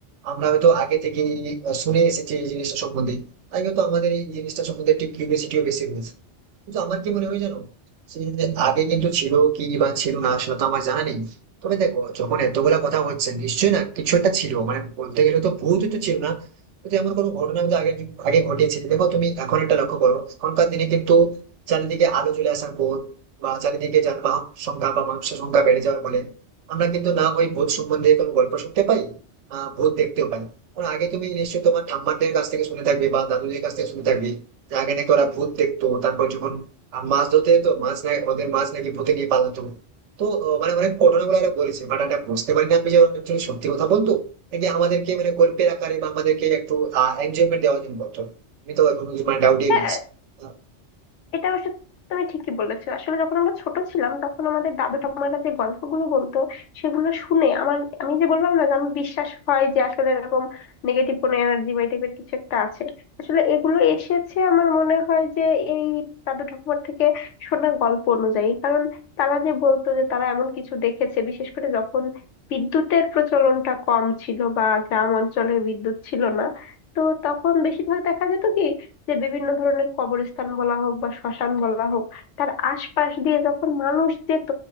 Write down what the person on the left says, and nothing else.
হ্যাঁ
এটা অবশ্য তুমি ঠিকই বলেছো আসলে যখন আমরা ছোট ছিলাম তখন আমাদের দাদু ঠাম্মারা যে গল্পগুলো বলতো সেগুলো শুনে আমার আমি যে বললাম না যে আমি বিশ্বাস হয় যে আসলে এরকম নেগেটিভ কোনো এনার্জি বা এই টাইপের কিছু একটা আছে আসলে এগুলো এসেছে আমার মনে হয় যে এই দাদু ঠাকুমার থেকে শোনা গল্প অনুযায়ী কারণ তারা যে বলতো যে তারা এমন কিছু দেখেছে বিশেষ করে যখন বিদ্যুতের প্রচলনটা কম ছিল বা গ্রাম অঞ্চলে বিদ্যুৎ ছিল না তো তখন বেশিরভাগ দেখা যেত কি যে বিভিন্ন ধরনের কবরস্থান বলা হোক বা শ্মশান বলা হোক তার আশপাশ দিয়ে যখন মানুষ যেত